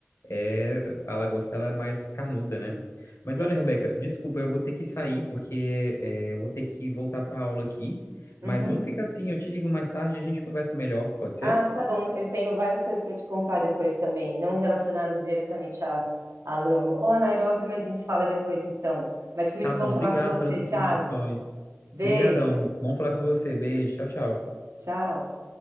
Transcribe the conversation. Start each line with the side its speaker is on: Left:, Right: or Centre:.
Left: é, a lagosta ela é mais carnuda, né? Mas
Right: Hum,
Left: olha, Rebeca, desculpa, eu vou ter que sair, porque é, eu vou ter que voltar para aula aqui. Mas
Right: uhum.
Left: vamos ficar assim, eu te ligo mais tarde e a gente conversa melhor, pode ser?
Right: Ah, tá bom. Eu tenho várias coisas para te contar depois também, não relacionadas diretamente a, a Lama ou a Nairobi, mas a gente se fala depois então. Mas foi muito
Left: Tá bom,
Right: bom falar
Left: obrigado
Right: com você,
Left: pelas
Right: Thiago.
Left: informações.
Right: Beijo.
Left: Obrigadão, vamos falar com você. Beijo, tchau, tchau.
Right: Tchau.